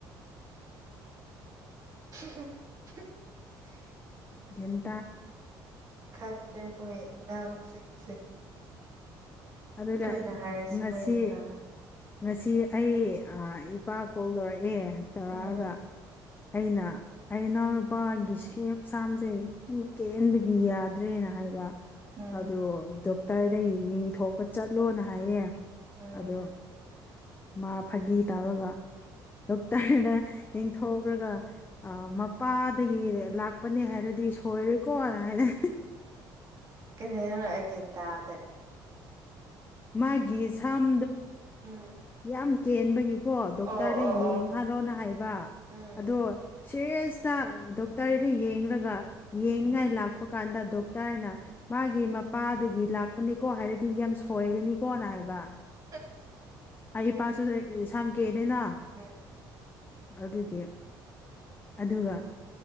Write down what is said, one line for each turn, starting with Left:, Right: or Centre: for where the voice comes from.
Right: <unintelligible> <inaudible>
Left: ꯌꯦꯟ
Right: ꯈꯪꯗꯦ ꯃꯣꯏ ꯑꯉꯥꯡꯁꯤꯡꯁꯦ
Left: ꯑꯗꯨꯒ
Right: ꯑꯩꯈꯣꯏꯅ ꯍꯥꯏꯔꯁꯨ
Left: ꯉꯁꯤ
Right: ꯃꯣꯏ ꯒ꯭ꯌꯥꯟ ꯇꯥꯔꯦ
Left: ꯉꯁꯤ ꯑꯩ ꯏꯄꯥ ꯀꯣꯜ ꯇꯧꯔꯛꯑꯦ ꯇꯧꯔꯛꯑꯒ
Right: ꯎꯝ
Left: ꯑꯩꯅ ꯑꯩ ꯏꯅꯥꯎꯅꯄꯥꯒꯤ ꯁꯥꯝꯁꯦ ꯌꯥꯝ ꯀꯦꯟꯕꯒꯤ ꯌꯥꯗ꯭ꯔꯦꯅ ꯍꯥꯏꯕ
Right: ꯎꯝ
Left: ꯑꯣ ꯗꯣꯛꯇꯔꯅ ꯌꯦꯡꯊꯣꯛꯄ ꯆꯠꯂꯣꯅ ꯍꯥꯏꯌꯦ
Right: ꯎꯝ
Left: ꯑꯗꯣ ꯃꯥ ꯐꯥꯒꯤ ꯇꯧꯔꯒ ꯗꯣꯛꯇꯔꯅ ꯌꯦꯡꯊꯣꯛꯈ꯭ꯔꯒ ꯃꯄꯥꯗꯒꯤ ꯂꯥꯛꯄꯅꯦ ꯍꯥꯏꯔꯗꯤ ꯗꯤ ꯁꯣꯏꯔꯦꯀꯣ ꯑꯗꯨꯃꯥꯏꯅ
Right: ꯀꯔꯤ ꯍꯥꯏ ꯑꯩꯟ ꯇꯥꯗ
Left: ꯃꯥꯒꯤ ꯊꯝ
Right: ꯎꯝ
Left: ꯌꯥꯝ ꯀꯦꯟꯕꯒꯤꯀꯣ ꯗꯣꯛꯇꯔꯗ
Right: ꯑꯣ ꯑꯣ
Left: ꯌꯦꯡ
Right: ꯑꯣ
Left: ꯍꯥꯥꯜꯂꯣꯅ ꯍꯥꯏꯕ
Right: ꯎꯝ
Left: ꯑꯗꯣ ꯁꯦꯁꯇ ꯗꯣꯛꯇꯔꯗ ꯌꯦꯡꯒ ꯌꯦꯡꯅꯤꯡꯉꯥꯏ
Right: ꯎꯝ
Left: ꯂꯥꯛꯄ ꯀꯥꯟꯗ ꯗꯣꯛꯇꯔꯅ ꯃꯥꯒꯤ ꯃꯄꯥꯗꯒꯤ ꯂꯥꯛꯄꯅꯤꯀꯣ ꯍꯥꯏꯔꯗꯤ ꯌꯥꯝ ꯁꯣꯏꯒꯅꯤꯀꯣꯅ ꯍꯥꯏꯕ
Right: ꯍ <unintelligible> <inaudible>
Left: ꯑꯩꯄꯥꯁꯨ ꯁꯝꯒꯦꯗꯅ
Right: ꯎꯝ
Left: ꯑꯗꯨꯗꯤ ꯑꯗꯨꯒ